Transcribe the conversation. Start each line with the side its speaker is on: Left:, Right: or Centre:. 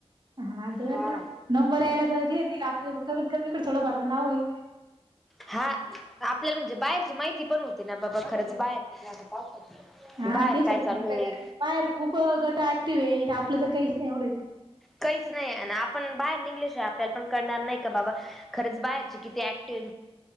Right: हा <unintelligible>
Centre: हा.
Right: आता, नंबर यायला तर <unintelligible> कमीत कमी इकडे थोडंफार तर नाव होईल.
Centre: हा आपल्याला म्हणजे बाहेरची माहिती पण होते ना बाबा खरच बाहेर,
Right: हा
Centre: बाहेर
Right: तेच
Centre: काय चालू आहे?
Right: बाहेर खूप गट ऍक्टिव्ह आहेत. आपलं तर काहीच नाही होऊ राहील.
Centre: काहीच नाही, अन आपण बाहेर निघले शिवाय आपल्याला पण करणार नाही का बाबा खरंच बाहेरचे किती ऍक्टिव आहे